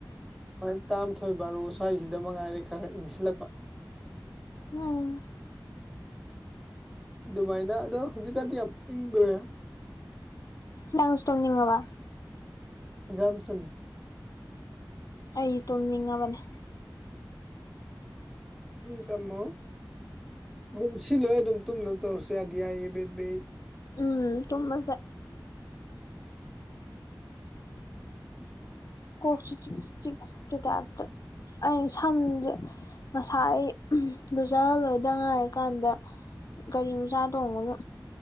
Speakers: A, in the centre; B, on the left.
A: ꯍꯣꯏ ꯇꯥꯝꯊꯣꯏ ꯕꯥꯔꯣ ꯁ꯭ꯋꯥꯏꯁꯤꯗ ꯃꯉꯥꯏꯔꯦ ꯈꯔ ꯏꯪꯁꯤꯜꯂꯛꯄ
B: ꯎꯝ
A: ꯑꯗꯨꯃꯥꯏꯅ ꯑꯗꯣ ꯍꯧꯖꯤꯛꯀꯥꯟꯗꯤ ꯌꯥꯝ ꯏꯪꯗ꯭ꯔꯦ
B: ꯅꯪꯁꯨ ꯇꯨꯝꯅꯤꯡꯉꯕ
A: ꯒꯝꯆꯟ
B: ꯑꯩ ꯇꯨꯝꯅꯤꯡꯉꯕꯅꯦ
A: ꯎꯝ ꯇꯝꯃꯣ ꯑꯗꯨꯝ ꯁꯤꯂꯣꯏ ꯑꯗꯨꯝ ꯇꯨꯝꯅꯕ ꯇꯧꯔꯁꯨ ꯌꯥꯗꯤ ꯌꯥꯏꯌꯦ ꯕꯦꯕꯤ
B: ꯎꯝ ꯇꯨꯝꯃꯁꯦ ꯀꯣꯛꯁꯦ ꯆꯤꯛ ꯆꯤꯛꯄꯩ ꯇꯥꯏꯞꯇ ꯑꯩ ꯁꯝꯖꯦ ꯉꯁꯥꯏ ꯑꯩ ꯂꯨꯖ ꯂꯣꯏꯗ ꯉꯥꯏ ꯀꯥꯟꯗ ꯒꯥꯔꯤ ꯃꯆꯥ ꯇꯣꯡꯕꯒ